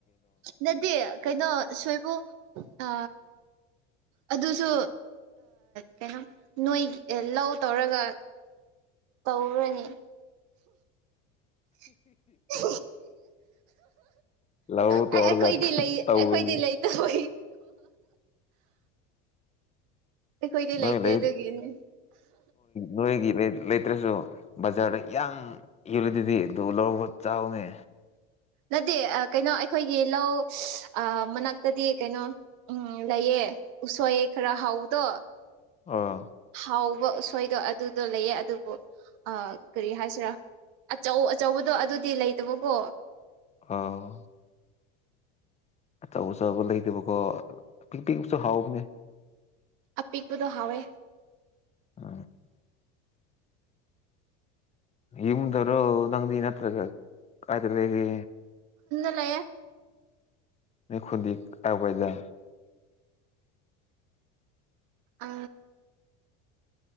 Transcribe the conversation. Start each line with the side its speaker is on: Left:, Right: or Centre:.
Right: ꯅꯗꯤ ꯀꯩꯅꯣ ꯁꯣꯏꯕꯨꯝ ꯑ ꯑꯗꯨꯁꯨ ꯀꯩꯅꯣ ꯅꯣꯏ ꯂꯧ ꯇꯧꯔꯒ ꯇꯧꯈ꯭ꯔꯅꯤ <unintelligible>
Left: ꯂꯧ
Right: ꯑꯩ
Left: ꯇꯧꯔꯒ
Right: ꯑꯩꯈꯣꯏꯗꯤ ꯂꯩ
Left: ꯇꯧꯔꯨꯅꯤ
Right: ꯑꯩꯈꯣꯏꯗꯤ ꯂꯩꯇꯕ ꯑꯩꯈꯣꯏꯗꯤ
Left: ꯅꯣꯏꯣꯏ
Right: ꯂꯩꯇꯦ
Left: ꯂꯩꯣꯏ
Right: ꯑꯗꯨꯒꯤꯅꯦ
Left: ꯅꯣꯏꯒꯤ ꯂꯩ ꯂꯩ ꯂꯩꯠꯇ꯭ꯔꯁꯨ ꯕꯖꯥꯔꯗ ꯌꯥꯝ ꯌꯣꯜꯂꯤꯗꯗꯤ ꯑꯗꯨ ꯂ ꯆꯥꯎꯅꯦ
Right: ꯅꯠꯇꯦ ꯀꯩꯅꯣ ꯑꯩꯈꯣꯏꯒꯤ ꯂꯧ ꯃꯅꯥꯛꯇꯗꯤ ꯀꯩꯅꯣ ꯎꯝ ꯂꯩꯌꯦ ꯎ ꯎꯆꯁ ꯑꯦ ꯈꯔ ꯍꯥꯎꯗꯣ
Left: ꯑꯥ
Right: ꯍꯥꯎꯕ ꯁꯣꯏꯗꯣ ꯑꯗꯨꯗꯣ ꯂꯩꯌꯦ ꯑꯗꯨꯕꯨ ꯀꯔꯤ ꯍꯥꯏꯁꯤꯔꯥ ꯑꯆꯧ ꯑꯆꯧꯕꯗꯣ ꯑꯗꯨꯗꯤ ꯂꯩꯇꯕꯀꯣ
Left: ꯑꯥ ꯑꯆꯧ ꯑꯆꯧꯕ ꯂꯩꯇꯕꯀꯣ ꯄꯤꯛ ꯄꯤꯁꯨ ꯍꯥꯎꯕꯅꯦ
Right: ꯑꯄꯤꯛꯄꯗꯣ ꯍꯥꯎꯋꯦ
Left: ꯑ ꯏꯃꯗꯔꯣ ꯅꯪꯗ ꯅꯠꯇꯒ ꯀꯥꯏꯗꯂ ꯍꯦꯒꯤ
Right: ꯂ
Left: ꯑꯩ ꯈꯨꯨꯗꯤ ꯇꯥꯛꯄꯖ
Right: ꯑ